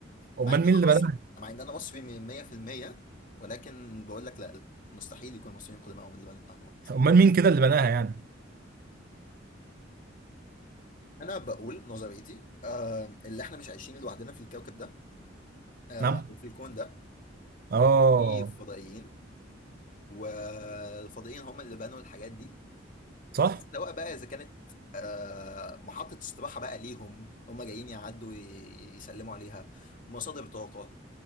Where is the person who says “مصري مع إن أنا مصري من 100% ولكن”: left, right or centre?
Left